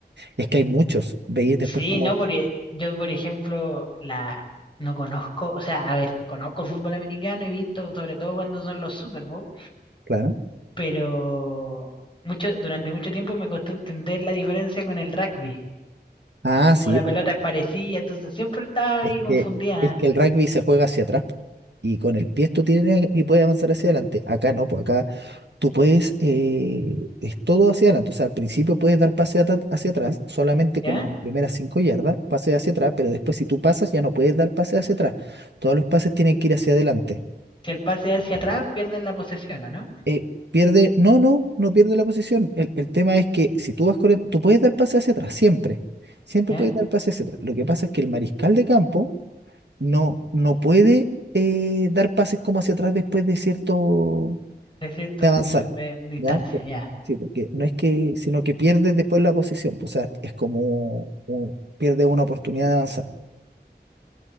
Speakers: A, on the right (about 80°); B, on the left (about 30°).
A: es que hay muchos. Veis después
B: Sí,
A: como...
B: no, porque yo, por ejemplo, la no conozco, o sea, a ver, conozco el fútbol americano, he visto sobre todo cuando son los Super Bowl
A: Claro.
B: pero mucho, durante mucho tiempo me costó entender la diferencia con el rugby.
A: Ah, sí,
B: Como la
A: po.
B: pelota es parecida, entonces siempre estaba ahí
A: es
B: confundida,
A: que, es que el rugby se juega hacia atrás po. y con el pie tú tienes y puedes avanzar hacia adelante. Acá no, pues acá tú puedes, eh, es todo hacia adelante. O sea, al principio puedes dar pase ata- hacia atrás, solamente
B: ¿ya?
A: como las primeras cinco yardas, pase hacia atrás, pero después si tú pasas ya no puedes dar pase hacia atrás. Todos los pases tienen que ir hacia adelante.
B: Si el pase hacia atrás, pierden la posesión, ¿o ¿no?
A: Eh, pierde, no, no, no pierde la posición. El, el tema es que si tú vas corriendo, tú puedes dar pase hacia atrás, siempre. Siempre
B: ¿Ya?
A: puedes dar pase hacia atrás. Lo que pasa es que el mariscal de campo no, no puede eh, dar pases como hacia atrás después de cierto,
B: De cierta
A: de avanzar,
B: distancia,
A: ¿ya? Por-
B: ya.
A: sí, porque no es que, sino que pierde después la posesión, o sea, es como, como pierde una oportunidad de avanzar,